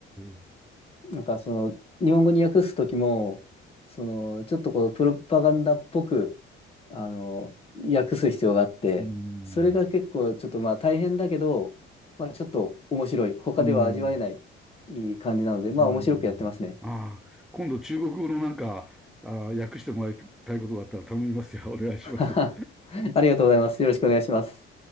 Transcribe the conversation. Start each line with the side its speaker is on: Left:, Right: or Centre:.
Centre: え。
Left: なんかその、日本語に訳すときも、その、ちょっとこう、プロパガンダっぽく、あの、訳す必要があって、
Centre: うん。
Left: それが結構ちょっとまあ大変だけど、まあちょっと面白い。他では味わえない、
Centre: うん。
Left: いい感じなので、まあ面白くやってますね。
Centre: うん。ああ、今度中国語のなんか、ああ、訳してもらいたいことがあったら頼みますよ。お願いします。
Left: <laughs> ありがとうございます。よろしくお願いします。